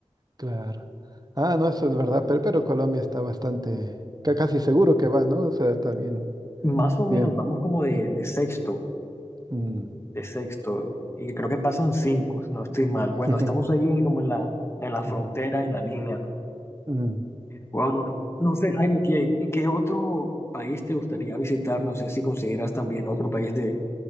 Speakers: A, on the right; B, on the left.
A: claro. Ah, no, eso es verdad, pero, pero Colombia está bastante, ca- casi seguro que va, ¿no? O sea, está bien,
B: Más o
A: bien.
B: menos vamos como de,
A: sí.
B: de sexto,
A: Mm.
B: de sexto, y creo que pasan cinco, si no estoy mal. Bueno,
A: <laughs>
B: estamos ahí como en la, en la frontera,
A: Ujú,
B: en la línea.
A: mm.
B: Wow, no, no sé, Jaime, ¿qué, qué otro país te gustaría visitar? No sé si consideras también otro país de,